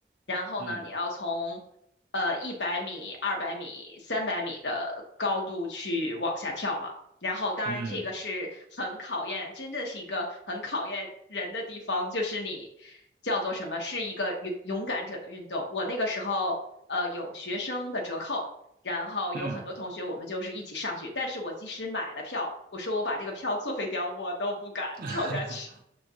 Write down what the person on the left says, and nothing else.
然后呢，
你要从呃一百米、二百米、三百米的高度去往下跳嘛。然后，当然这个是很考验，
真的是一个很考验人的地方，就是你叫做什么，是一个勇勇敢者的运动。我那个时候，呃，有学生的折扣，然后有很多同学我们就是一起上去，
但是我即使买了票，我说我把这个票作废掉，我都不敢跳下去。